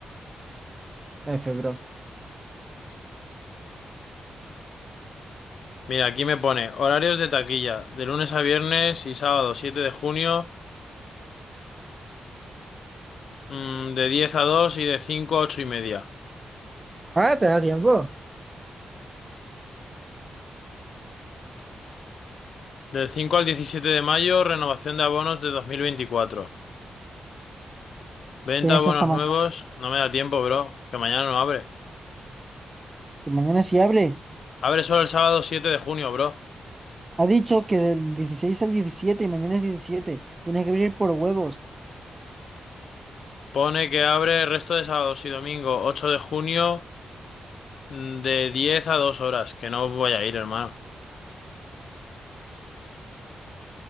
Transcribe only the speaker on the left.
Mira, aquí me pone horarios de taquilla, de lunes a viernes y sábado 7 de junio, mm, de 10 a 2 y de 5 a 8 y media.
Del 5 al 17 de mayo, renovación de abonos de 2024. Venta
de abonos
nuevos, no me da tiempo, bro, que mañana no abre.
Abre solo el sábado 7 de junio, bro.
Pone que abre el resto de sábados y domingo 8 de junio mm, de 10 a 2 horas, que no voy a ir, hermano.